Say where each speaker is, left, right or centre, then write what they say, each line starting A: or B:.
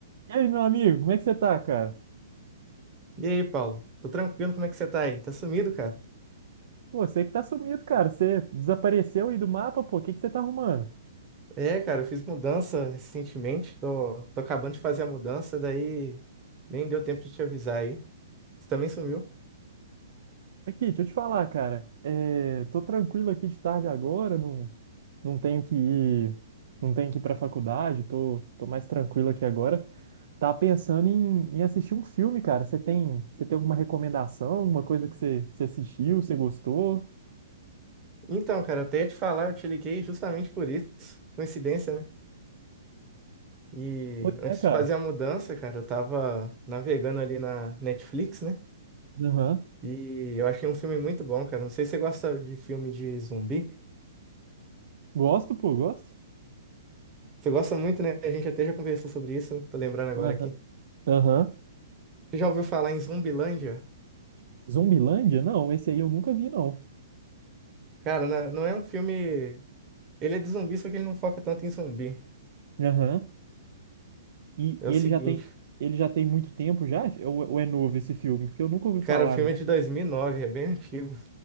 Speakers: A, on the right; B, on the right.
A: E aí, meu amigo, como é que você tá, cara?
B: E aí, Paulo? Tô tranquilo, como é que você tá aí? Tá sumido, cara?
A: Pô, você que tá sumido, cara. Você desapareceu aí do mapa, pô. O que que você tá arrumando?
B: É, cara, eu fiz mudança recentemente, tô, tô acabando de fazer a mudança, daí nem deu tempo de te avisar aí. Você também sumiu?
A: Aqui, deixa eu te falar, cara. É, tô tranquilo aqui de tarde agora, não, não tenho que ir, não tenho que ir pra faculdade, tô, tô mais tranquilo aqui agora. Tava pensando em, em assistir um filme, cara. Você tem, você tem alguma recomendação, alguma coisa que você, você assistiu, você gostou?
B: Então, cara, até ia te falar, eu te liguei justamente por isso, coincidência, né? E
A: Pois
B: antes
A: é, cara.
B: de fazer a mudança, cara, eu tava navegando ali na Netflix, né?
A: Aham.
B: E eu achei um filme muito bom, cara. Não sei se você gosta de filme de zumbi.
A: Gosto, pô, gosto.
B: Você gosta muito, né? A gente até já conversou sobre isso, né? Tô lembrando agora
A: Aham.
B: aqui.
A: Aham.
B: Você já ouviu falar em Zumbilândia?
A: Zumbilândia? Não, esse aí eu nunca vi, não.
B: Cara, na- não é um filme. Ele é de zumbi, só que ele não foca tanto em zumbi.
A: Aham. E,
B: É
A: e
B: o
A: ele
B: seguinte,
A: já tem, ele já tem muito tempo já? É Ou, ou é novo esse filme? Porque eu nunca ouvi
B: cara,
A: falar,
B: o filme
A: não.
B: é de dois mil e nove é bem antigo.